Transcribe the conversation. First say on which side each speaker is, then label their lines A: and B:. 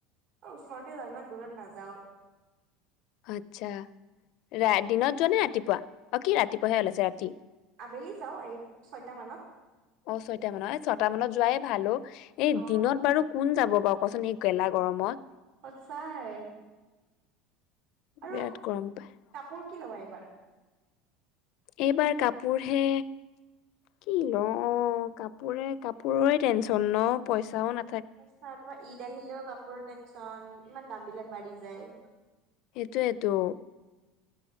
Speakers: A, on the right; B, on the left.
A: ওচৰতে যাওঁ ইমান দূৰত নাযাওঁ।
B: আচ্ছা ৰা দিনত যোৱা নে ৰাতিপুৱা অ, কি ৰাতিপুৱাহে ওলাইছে আছে ৰাতি?
A: আবেলি যাওঁ এই ছয়টা মানত।
B: অ', ছয়টা মানত এ ছয়টা মানত যোৱাই ভাল অ, এই
A: অ
B: দিনত বাৰু কোন যাব বাৰু। কচোন এই গেলা গৰমত।
A: সঁচাই। আৰু
B: বিৰাট গৰম পায়।
A: কাপোৰ কি ল'বা এইবাৰ?
B: এইবাৰ কাপোৰ হে কি লওঁ, কাপোৰে, কাপোৰৰে টেনচন ন পইচাও না
A: সঁচা, তোমাৰ ঈদ আহিলেও কাপোৰৰ টেনচন, ইমান দাম বিলাক বাঢ়ি যায়।
B: সেইটোৱেতটো।